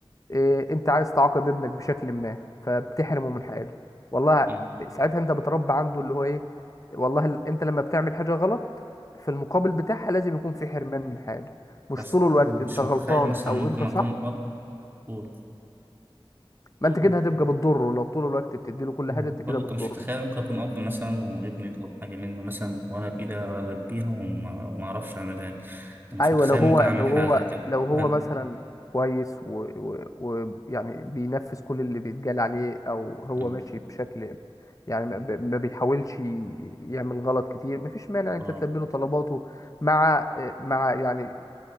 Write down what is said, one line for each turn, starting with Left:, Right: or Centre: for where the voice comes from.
Left: إيه انت عايز تعاقب ابنك بشكل ما فبتحرمه من حاجه والله
Right: أمم.
Left: ساعتها انت بتربي عنده اللي هو ايه والله ال- انت لما بتعمل حاجه غلط في المقابل بتاعها لازم يكون في حرمان من حاجه مش
Right: بس
Left: طول
Right: انا
Left: الوقت
Right: مش
Left: انت غلطان
Right: متخيل مثلا
Left: او
Right: ممكن
Left: انت صح
Right: اكون اب و- قول
Left: ما انت كده هتبقى بتضره لو طول الوقت بتديله كل
Right: أمم.
Left: حاجه انت كده
Right: بقول لك
Left: بتضره
Right: أنا مش متخيل ممكن اكون اب مثلا وابني يطلب حاجة مني مثلا وانا بايدي البيها وما ما اعرفش اعملها يعني أنا مش
Left: ايوه
Right: متخيل
Left: لو هو
Right: ممكن اعمل
Left: لو
Right: حاجة
Left: هو
Right: زي كده
Left: لو هو
Right: فاهم
Left: مثلا كويس ويعني و... و... و- يعني بينفذ كل اللي بيتقال عليه او هو
Right: أمم.
Left: ماشي بشكل يعني ما ب- ما بيحاولش ي- يعمل غلط كتير مفيش مانع إن انت
Right: اه
Left: تلبي له طلباته مع مع يعني